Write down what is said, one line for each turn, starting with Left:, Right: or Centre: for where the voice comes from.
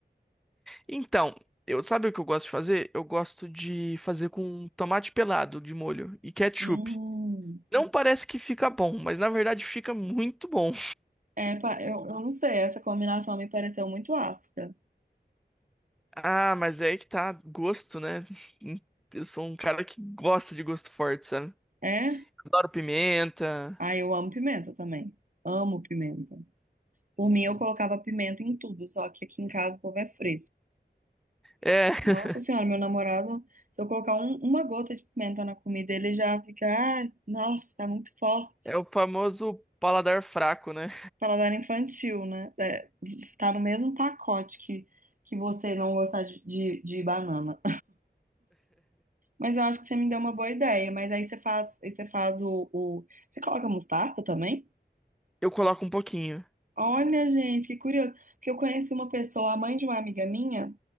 Centre: Então, eu sabe o que eu gosto de fazer? Eu gosto de fazer com tomate pelado de molho e ketchup.
Right: Hum.
Centre: Não parece que fica bom, mas na verdade fica muito bom.
Right: É, pa- eu, eu não sei, essa combinação me pareceu muito ácida.
Centre: Ah, mas é aí que tá, gosto, né? Eu sou um cara que gosta de gosto forte, sabe?
Right: É?
Centre: Adoro pimenta.
Right: Ah, eu amo pimenta também. Amo pimenta. Por mim, eu colocava pimenta em tudo, só que aqui em casa o povo é fresco.
Centre: É,
Right: Nossa
Centre: <laughs>
Right: senhora, meu namorado, se eu colocar um- uma gota de pimenta na comida, ele já fica, ah, nossa, tá muito forte.
Centre: é o famoso paladar fraco, né?
Right: Paladar infantil, né? É, tá no mesmo pacote que, que você não gostar de, de, de banana. <laughs> Mas eu acho que você me deu uma boa ideia. Mas aí você faz, aí você faz o, o- Você coloca mostarda também?
Centre: Eu coloco um pouquinho.
Right: Olha, gente, que curioso. Porque eu conheci uma pessoa, a mãe de uma amiga minha,